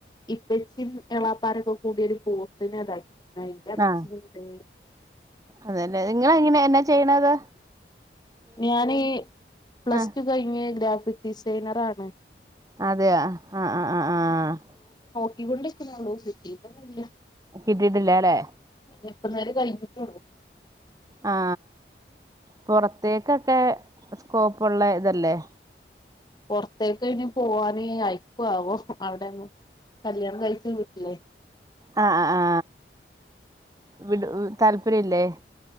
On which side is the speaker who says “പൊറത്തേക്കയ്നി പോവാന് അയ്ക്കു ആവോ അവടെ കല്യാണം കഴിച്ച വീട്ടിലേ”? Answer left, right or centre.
Left